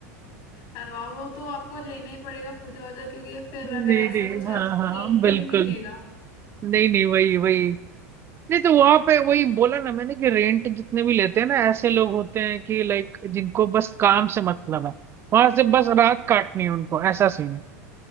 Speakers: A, on the left; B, on the right.
A: करवाओ वो तो आपको लेना ही पड़ेगा पूजा वूजा क्योंकि फिर
B: नहीं
A: अगर ऐसा
B: नहीं
A: कुछ
B: हाँ
A: रहा तो कोई
B: हाँ
A: रेंट
B: बिल्कुल
A: पे भी नहीं लेगा
B: नहीं नहीं वही वही नहीं तो वहां पे वही बोला ना मैंने कि रेंट जितने भी लेते हैं ना ऐसे लोग होते हैं कि लाइक जिनको बस काम से मतलब है वहां से बस रात काटनी है उनको ऐसा सीन है